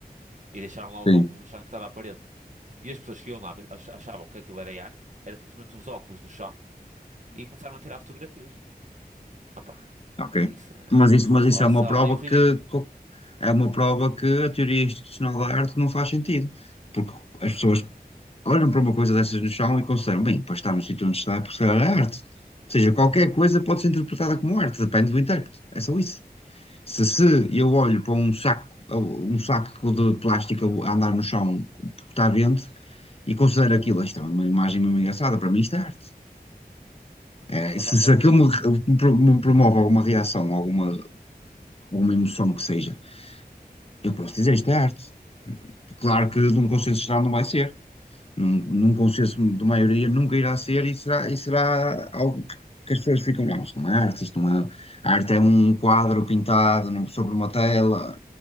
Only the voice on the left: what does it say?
Sim.
Ok.
Mas isso,
mas isso é
uma prova
que, que- é uma prova que a teoria institucional da arte não faz sentido. Porque as pessoas olham para uma coisa dessas no chão e consideram, bem, para estar no sítio onde está, porque é arte. Ou seja, qualquer coisa pode ser interpretada como arte, depende do intérprete. É só isso. Se, se
eu olho para um saco, um saco de plástico a andar no chão porque está vento e considero aquilo, isto é uma imagem mesmo engraçada, para mim isto é arte. É,
se,
se aquilo
me, me pro- me promove alguma reação, alguma ou uma emoção que seja, eu posso dizer isto é arte. Claro
que num consenso geral não vai ser, num, num consenso de maioria nunca irá ser e será, e será algo que as pessoas ficam, não, isto não é arte, isto não é. A arte é um quadro pintado num- sobre uma tela.